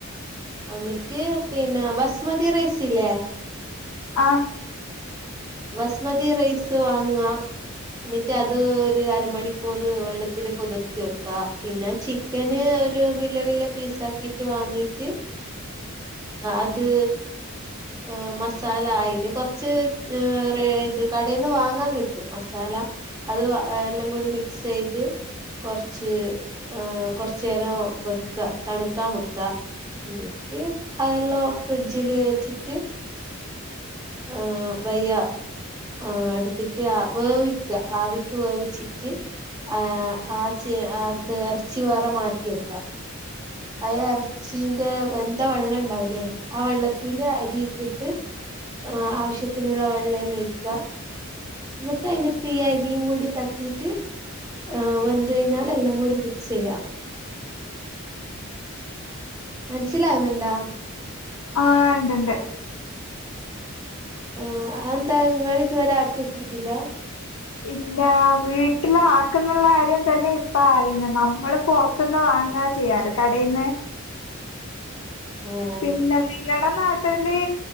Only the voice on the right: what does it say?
എന്നിട്ട് പിന്നെ ബസ്മതി റൈസില്ലേ
ബസ്മതി റൈസ് വാങ്വാ എന്നിട്ട് അത് ഒരു അരമണിക്കൂർ വെള്ളത്തില് കുതിർത്തി വെക്കാ പിന്നെ ചിക്കന് ഒരു വല്യ വല്യ പീസാക്കിട്ട് വാങ്ങീട്ട് അത് ആഹ് മസാല അയിന് കൊറച്ച് ഇ ഇത് കടയിൽന്ന് വാങ്ങാൻ കിട്ടും മസാല അത് എല്ലാം കൂടി മിക്സ് ചെയ്ത് കുറച്ച് കൊറച്ചു നേരം വെക്ക തണുക്കൻ വെക്ക എന്നിട്ട് അതെല്ലാം ഫ്രിഡ്ജില് വെച്ചിട്ട് ആ വയ്യ ആ എടുത്തിട്ട് വേവിക്ക ആവിക്ക് വേവിച്ചിട്ട് ആ ആ ച അത് ഇറച്ചി വേറെ മാറ്റി വെക്ക അയ ഇറച്ചിന്റെ വെന്ത വെള്ളം ഉണ്ടാവി ല്ലേ ആ വെള്ളത്തിൽ അരിയിട്ടിട്ട് ആ ആവശ്യത്തിനുള്ള വെള്ളം എല്ലാം വക്കാം എന്നിട്ട് അതിന്റെ തീ അരിയും കൂടി തട്ടിട്ട് ആ വെന്ത് കഴിഞ്ഞാൽ എല്ലാം കൂടി മിക്സ് ചെയ്യാം മനസിലാവുന്നുണ്ടാ
ആ അന്താങ്ങലിതുവരെ ആക്കി വോ ക്കിട്ടില്ല
ഓഹ്